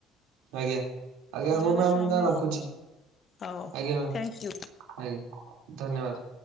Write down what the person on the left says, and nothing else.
ନହେଲେ
ସ୍ଵାମୀ
ହଉ
ଥ୍ୟାଙ୍କ ୟୁ।